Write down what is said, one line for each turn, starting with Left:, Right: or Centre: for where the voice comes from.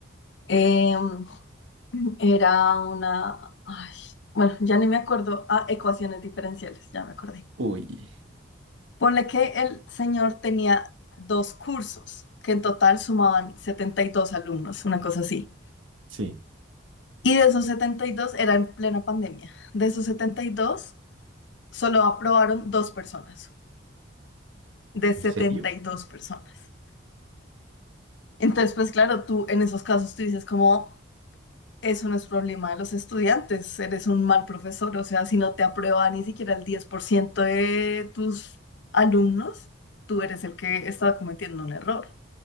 Left: em, Era una... Ay, bueno, ya ni me acuerdo. Ah, ecuaciones diferenciales, ya me acordé.
Right: Uy,
Left: Ponle que el señor tenía dos cursos, que en total sumaban 72 alumnos, una cosa así.
Right: sí.
Left: Y de esos 72 era en plena pandemia, de esos 72 solo aprobaron dos personas, de
Right: ¿En
Left: 72
Right: serio?
Left: personas. Entonces, pues claro, tú en esos casos tú dices como... Eso no es problema de los estudiantes, eres un mal profesor, o sea, si no te aprueba ni siquiera el 10% de tus alumnos, tú eres el que está cometiendo un error.